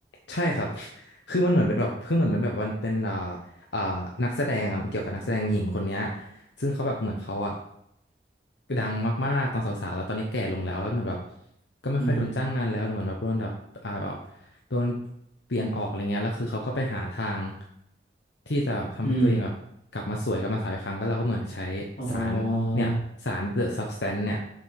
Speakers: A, on the left (about 80°); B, on the left (about 50°).
A: ใช่ครับ <laughs> คือมันเหมือนเป็นแบบคือเหมือนมันแบบมันเป็นอ่าอ่านักแสดงอ่ะมันเกี่ยวกับนักแสดงหญิงคนเนี้ยซึ่งเขาแบบเหมือนเขาอ่ะดังมากๆตอนสาวๆแล้วตอนนี้แก่ลงแล้วแล้วเหมือนแบบก็ไม่ค่อยโดนจ้างงานแล้วหรือเหมือนแบบโดนแบบอ่าแบบ
B: อืม
A: โดนเปลี่ยนออกอะไรเงี้ยแล้วคือเขาก็ไปหาทางที่จะแบบทำให้ตัวเองแบบกลับมาสวยกลับมาสาวอีกครั้งก็แล้วก็เหมือนใช้สารเนี่ยสาร
B: อืมอ๋อ
A: The Substance เนี่ย